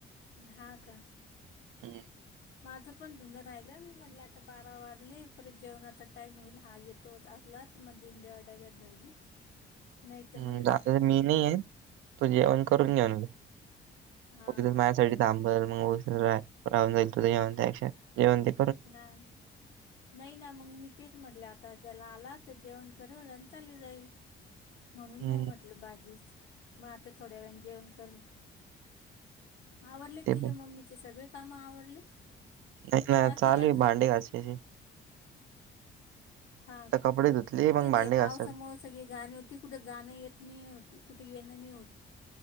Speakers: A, on the left; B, on the right.
A: हा का.
B: हम्
A: माझं पण धुनर राहिलं मी म्हणलं आता बारा वाजले परत जेवणाचा टाइम होईल हा येत तो असला तर मग दिऊंद्यावा डब्यात भाजी नाही तर मग
B: हम्
A: राहिलं
B: जा मी नाही आहे तू जेवण करून घेऊन घे
A: हा
B: उगीचच माझ्यासाठी तांबल मग राहून जाईल तुझ जेवण त्यापेक्षा जेऊन घे
A: नाहीय नाही ना मग मी तेच म्हटले आता त्याला आला तर जेवण करेल आणि चाले जाईल म्हणून
B: हम्म
A: मग म्हटलं भाजीच मग आता थोड्या वेळाने जेवण कर आवरले क
B: ते
A: तुझ्या
B: पण
A: मम्मीचे सगळे काम आवरले
B: नाही
A: का
B: ना
A: बाकी
B: चालू
A: आहे अजून
B: भांडे घासायचे
A: हा
B: आता
A: का
B: कपडे धुतले मग
A: तेच
B: भांडे
A: हे
B: घासायला.
A: पावसमूळच सगळी गाणी होती कुठे जाणं येत नाही होती कुठे येणं नाही होत